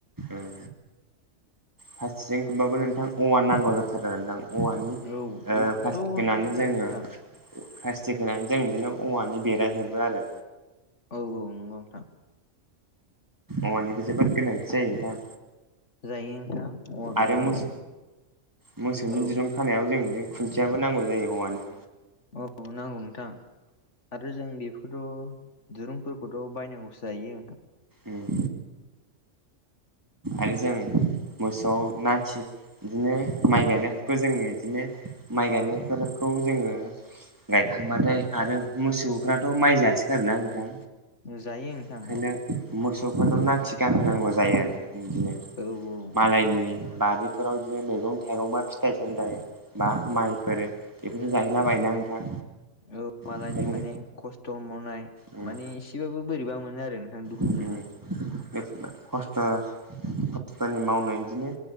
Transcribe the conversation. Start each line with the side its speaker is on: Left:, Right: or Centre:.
Right: उम फारसेथिं खोबबाबो नोंथां औवा नांगौ जाथारो नोंथां औवानि ओ
Left: औ औवाखौथ'
Right: फासि होनानै
Left: नांखाथारगोन
Right: जोङो
Left: नोंथां
Right: प्लास्टिक होनानै जों बिदिनो औवानि बेरा हेबो आरो
Left: औ औ नंगौ नोंथां
Right: औवानिबो जोबोद गोनांथि जायो नोंथां
Left: जायो नोंथां औवा गैयाबाथ'
Right: आरो मोस मोसौनि
Left: औ
Right: दिरूं खानायाव जों खुन्थियाबो नांगौ जायो औवानि
Left: औ नांगौ नोंथां आरो जोंनि बेफोरखौथ' दिरुंफोरखौथ' बायनांगौसो जाहैयो नोंथां
Right: उम आरो जों मोसौआव नाखि बिदिनो माइ गायनायफोरखौ जोङो बिदिनो माइ गायनायफोरखौ जोङो गायखांबाथाय आरो मोसौ फ्राथ' माइ जासो गारोना नोंथां
Left: जायो नोंथां
Right: ओंखायनो
Left: जायो
Right: मोसौफोरनो नाखि गाननांगौ जायो आरो बिदिनो
Left: औ औ नोंथां
Right: मालायनि बारिफोराव बिदिनो मैगं थाइगं बा फिथाइ सामथाइ बा माइफोर बेफोरफोरखौ जाहैलाबायना नोंथां
Left: औ मालायनि
Right: ओंखायनो
Left: माने खस्थ' मावनाय
Right: उम
Left: माने एसेबाबो बोरैबा मोनो आरो नोंथां दुखु
Right: उम
Left: मोनो
Right: खस्थ' खस्थ'नि मावनाय बिदिनो